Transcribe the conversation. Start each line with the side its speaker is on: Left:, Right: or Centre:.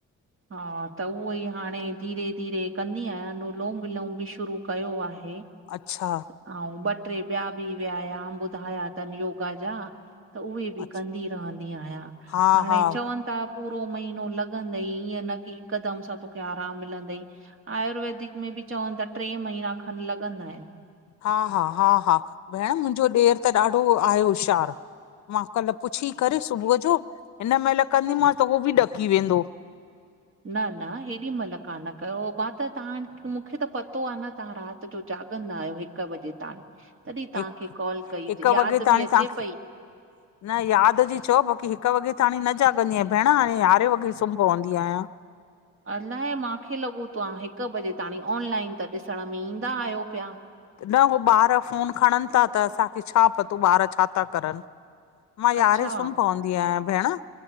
Right: हा, त उहो ई हाणे धीरे धीरे कंदी आहियां, अनुलोम विलोम बि शुरू कयो आहे।
Left: अच्छा।
Right: ऐं ॿ टे ॿिया बि वियायाम ॿुधाया तन योगा जा। त उहे बि
Left: अच्छा
Right: कंदी रहंदी आहियां
Left: हा
Right: हाणे
Left: हा
Right: चवन -- ता पूरो महीनो लॻंदई ई न की हिकदम सां तोखे आराम मिलंदई। आयुर्वेदिक में बि चवन था टे महीना खनि लॻंदा आहिन।
Left: हा। हा, हा, हा भेण मुंहिंजो ॾेरि त ॾाढो आहे होशियारु। मां कल्हहि पुछी करे सुबुह जो। हिन महिल कंदीमांव त उहो बि ॾकी वेंदो।
Right: न, न, हेॾी महिल कान कयो। मां त तव्हां मूंखे त पतो आहे न तव्हां रात -- त जो जाॻंदा आहियो। हिकु बजे ता तॾहिं
Left: हिकु
Right: तव्हांखे कॉल कई
Left: हिकु
Right: याद
Left: वॻे ताणी
Right: बि अचे
Left: तव्हांखे
Right: पई।
Left: न याद जी चओ बाक़ी हिकु वॻे त हाणे न जाॻंदीयां भेण हाणे यारहें वॻे सुम्ही पवंदी आहियां।
Right: अलाए मूंखे लॻो त्ह हिकु बजे ताणी। ऑनलाइन त ॾिसण में ईंदा आहियो पया।
Left: न हो ॿार फोन खणन था त असांखे छा पतो ॿार छा था करन। मां यारे
Right: अच्छा
Left: सुम्ह पवंदी आहियां भेण।